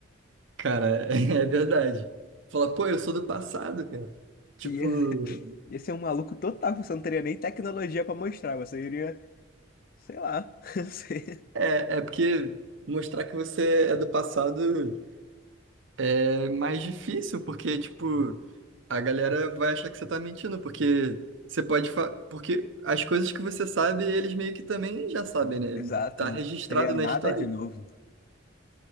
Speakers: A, on the right; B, on the left.
A: Cara, <laughs> é verdade. Falar, pô, eu sou do passado, cara. Tipo,
B: Ia, ia ser um maluco total, você não teria nem tecnologia pra mostrar, você iria, sei lá, <laughs> não sei.
A: é, é porque mostrar que você é do passado é mais difícil, porque, tipo, a galera vai achar que você tá mentindo, porque você pode fa... porque as coisas que você sabe, eles meio que também já sabem, né?
B: Exato,
A: Tá
B: não
A: registrado
B: teria nada
A: na história.
B: de novo.
A: <laughs>